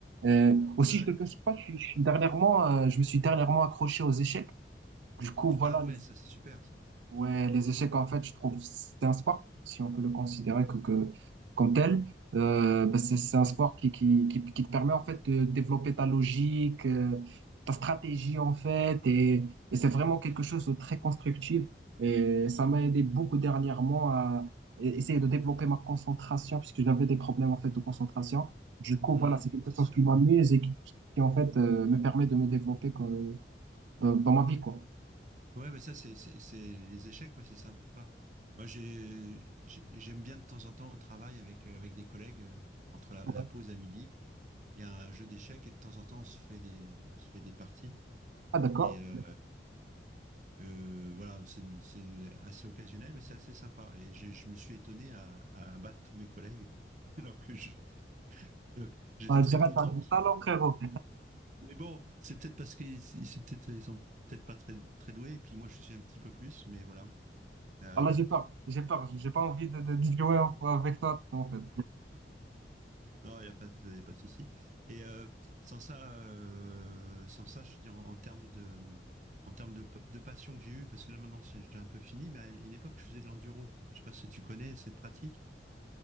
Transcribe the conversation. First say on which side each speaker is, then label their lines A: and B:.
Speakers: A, on the right; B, on the right.
A: Euh, aussi,
B: Ouais, ouais.
A: je te cache pas, je, suis- je suis dernièrement, euh, je me suis dernièrement accroché aux échecs. Du coup, voilà,
B: Ah ouais, ça c'est super ça.
A: Ouais, les échecs, en fait, je trouve, c'est un sport, si on peut le considérer que, que comme tel. Euh, bah, c'est c'est un
B: Ouais.
A: sport qui, qui, qui, qui te permet, en fait, de développer ta logique, euh, ta stratégie, en fait, et, et c'est vraiment quelque chose de très constructif. Et ça m'a aidé beaucoup dernièrement à e- essayer de développer ma concentration, puisque j'avais des problèmes, en fait, de concentration. Du coup,
B: Mhm,
A: voilà, c'est quelque
B: c'est
A: chose
B: sûr.
A: qui m'amuse et qui, qui, en fait, euh, me permet de me développer comme, dans, dans ma vie, quoi.
B: Ouais, mais ça c'est c'est- c'est les échecs, ouais, c'est sympa. Moi j'ai j'ai- j'aime bien de temps en temps au travail avec euh, avec des collègues euh, entre la,
A: Voilà.
B: la pause à midi, il y a un jeu d'échecs et de temps en temps on se fait des on se fait des parties
A: Ah, d'accord.
B: et euh, euh, voilà, c'est c'est assez occasionnel mais c'est assez sympa et j'ai- je me suis étonné à, à battre tous mes collègues <laughs> alors que je- alors que j'étais
A: Ah, je
B: très
A: dirais,
B: content
A: t'as du talent, frérot.
B: Mais bon, c'est peut-être parce qu'ils ils- c'est peut-être, ils sont peut-être pas très, très doués, et puis moi je suis un petit peu plus, mais voilà. Euh,
A: Ah là, j'ai peur, j'ai peur, j'ai pas envie de, de, de jouer en- avec toi, en fait.
B: non, il n'y a pas de, y a pas de souci. Et euh, sans ça, euh, sans ça, je dis en, en termes de, en termes de, pa- de passion que j'ai eue, parce que là maintenant c'est- j'ai un peu fini, mais à une époque je faisais de l'enduro. Je sais pas si tu connais cette pratique.